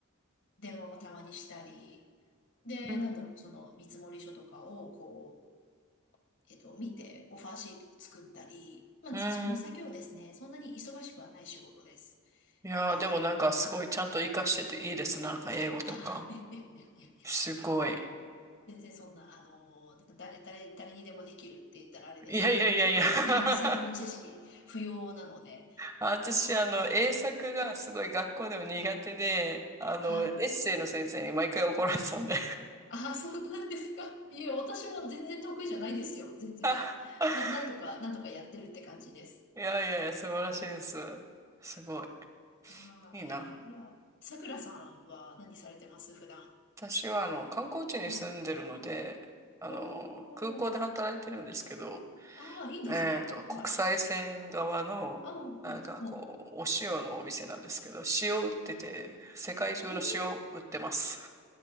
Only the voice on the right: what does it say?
うん。
うん
いやー、
でもなんかすごいちゃんと活かしてていいです。なんか英語とか。
すごい。
いやいやいやいや
<laughs>
私、
あの、英作がすごい学校でも苦手で、あの、
エッセイの先生に毎回怒られてたんで
<laughs>。
いやいやいや、素晴らしいです。すごい。
いいな。
私は、あの、観光地に住んでるので、
あの、
空港で働いてるんですけど、
えっと、
国際線側の、
なんかこう、
お塩のお店なんですけど、塩売ってて、
世界中の塩売ってます。